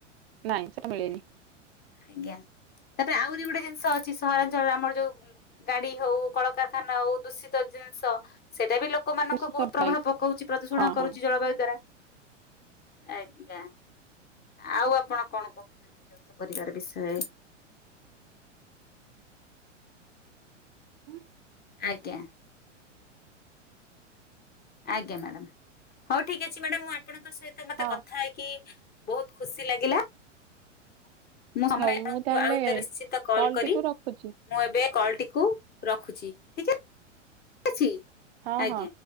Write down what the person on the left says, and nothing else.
ଆଜ୍ଞା ତାପରେ ଆହୁରି ଗୋଟେ ଜିନିଷ ଅଛି ସହରାଞ୍ଚଳରେ ଆମର ଯୋଉ ଗାଡି ହଉ କଳକାରଖାନା ହଉ ଦୂଷିତ ଜିନିଷ ସେଇଟା ବି ଲୋକମାନାନଙ୍କୁ
ବହୁତ ପ୍ରଭାବ
ପକାଉଛି ପ୍ରଦୂଷଣ
କରୁଛି
ଜଳବାୟୁ ଦ୍ଵାରା ଆଜ୍ଞା। ଆଉ ଆପଣ କଣ କହୁଛନ୍ତି ଯ ପରିବାର ବିଷୟ
ଆଜ୍ଞା। ଆଜ୍ଞା ମ୍ୟାଡ଼ାାମ ହଉ ଠିକ ଅଛି ମ୍ୟାଡ ମୁଁ ଆପଣଙ୍କ ସହିତ ମତେ
କଥା ହେଇକି ବହୁତ ଖୁସି ଲାଗିଲା ମୁଁ ସମୟଙ୍କୁ
ଆଉ ନିଶ୍ଚିତ କଲ
କରି
ମୁଁ ଏବେ କଲ ଟିକୁ ରଖୁଛି ଠିକ୍ ଅ ଅଛି।
ଆଜ୍ଞା